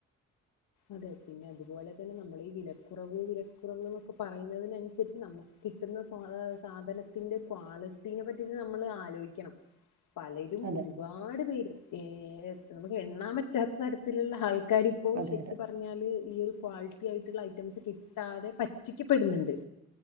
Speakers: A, on the left; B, on the right.
A: അതെ പിന്നെ അതുപോലെ തന്നെ നമ്മളീ ഈ വിലക്കുറവ് വിലക്കുറവ് എന്നൊക്കെ പറയുന്നതിനനുസരിച്ച് നമ്മ കിട്ടുന്ന സ സാധനത്തിന്റെ ക്വാളിറ്റീനെ പറ്റിയൊക്കെ നമ്മള് ആലോചിക്കണം പലരും
B: അതെ
A: ഒരുപാട് പേര് ഏഹ് നമ്മക്ക് എണ്ണാൻ പറ്റാത്ത തരത്തിലുള്ള ആൾക്കാരിപ്പോ
B: അതെ
A: ശരിക്ക്
B: അതെ
A: പറഞ്ഞാല് ഈ ഒരു ക്വാളി <unintelligible> ആയിറ്റ്ള്ള ഐറ്റംസ് കിട്ടാതെ പറ്റിക്കപ്പെടുന്നുണ്ട്